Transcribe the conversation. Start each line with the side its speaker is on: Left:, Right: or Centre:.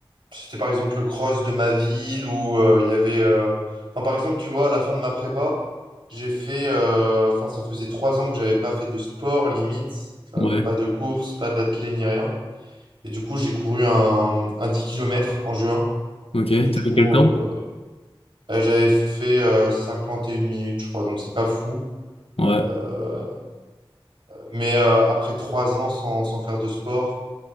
Right: C'était par exemple le cross de ma ville où euh, il y avait. euh, Enfin, par exemple, tu vois, à la fin de ma prépa, j'ai fait. euh, Enfin, ça faisait trois ans que j'avais pas fait de sport limite, euh,
Left: ouais,
Right: pas de course, pas d'athlé ni rien. Et du coup, j'ai couru un, un 10 kilomètres en juin.
Left: ok.
Right: Et du
Left: T'as
Right: coup,
Left: fait quel temps?
Right: euh, euh, j'avais fait euh, 51 minutes, je crois. Donc, c'est pas fou.
Left: Ouais.
Right: Euh, mais euh, après trois ans sans, sans faire de sport,